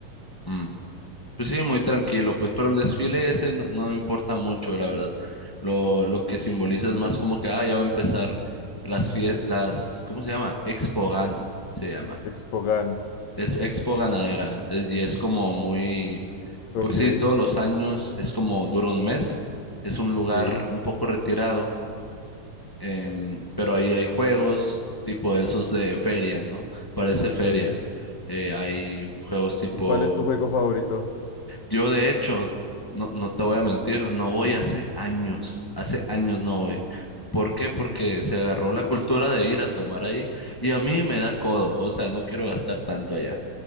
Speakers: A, on the left; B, on the left.
A: mm, Pues sí, muy tranquilo, pues, pero el desfile ese no, no importa mucho, la verdad. Lo, lo que simboliza es más como que, ah, ya va a empezar las fiestas, las, ¿cómo se llama? Expogan, se llama.
B: Expogan,
A: Es Expo Ganadera, es- y es como muy,
B: ok.
A: pues sí, todos los años, es como dura un mes, es un lugar
B: Sí,
A: un poco retirado, em, pero ahí hay juegos tipo esos de feria, ¿no? Parece feria.
B: sí.
A: Eh, hay juegos tipo
B: ¿Y cuál es tu juego favorito?
A: yo de hecho, no, no te voy a mentir, no voy hace años, hace años no voy. ¿Por qué? Porque se agarró la cultura de ir a tomar ahí y a mí me da codo, o sea, no quiero gastar tanto allá.